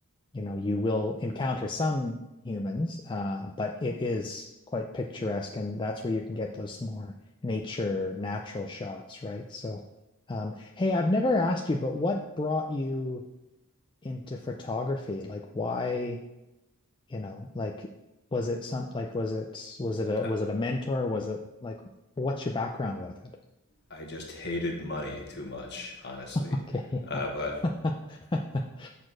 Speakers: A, on the left; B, on the left.
A: you know, you will encounter some humans, uh, but it is quite picturesque, and that's where you can get those more nature, natural shots, right? So, um, hey, I've never asked you, but what brought you into photography? Like, why, you know, like, was it some, like, was it, was it a,
B: I,
A: was it a mentor? Was it like, what's your background with it?
B: I just hated money too much, honestly.
A: Okay.
B: Uh,
A: <laughs>
B: but